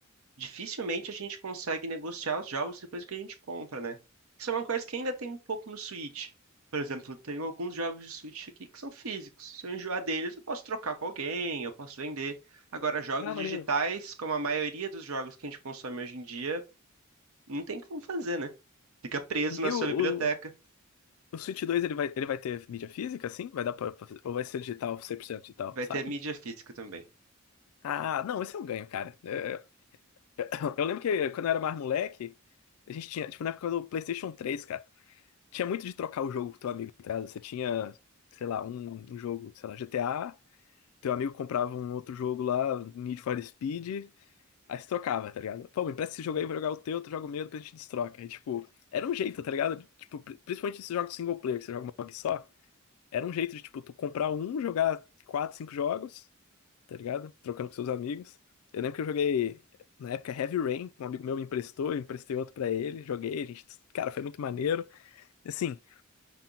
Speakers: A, on the right; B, on the left.
A: dificilmente a gente consegue negociar os jogos depois que a gente compra, né? Isso é uma coisa que ainda tem um pouco no Switch. Por exemplo, tem alguns jogos de Switch aqui que são físicos. Se eu enjoar deles, eu posso trocar com alguém, eu posso vender. Agora, jogos
B: Ah, maneiro.
A: digitais, como a maioria dos jogos que a gente consome hoje em dia, não tem como fazer, né? Fica preso na
B: Eu,
A: sua biblioteca.
B: O Switch 2 ele vai, ele vai ter mídia física, assim? Vai dar pra, pra fazer- ou vai ser digital, 100% digital,
A: Vai
B: sabe?
A: ter mídia física também.
B: Ah, não, esse é um ganho, cara. É, <coughs> é, <clears throat> eu lembro que quando eu era mais moleque, a gente tinha, tipo, na época do PlayStation 3, cara, tinha muito de trocar o jogo com teu amigo, tá ligado? Você tinha, sei lá, um, um jogo, sei lá, GTA, teu amigo comprava um outro jogo lá, Need for Speed, aí se trocava, tá ligado? Pô, me empresta esse jogo aí, vou jogar o teu, tu joga o meu, depois a gente destroca. Aí, tipo, era um jeito, tá ligado? Tipo, pri- principalmente esses jogos single player, que você joga uma vez só. Era um jeito de, tipo, tu comprar um, jogar quatro, cinco jogos, tá ligado? Trocando com seus amigos. Eu lembro que eu joguei, na época, Heavy Rain, que um amigo meu me emprestou, eu emprestei outro pra ele, joguei, a gente, cara, foi muito maneiro. Assim,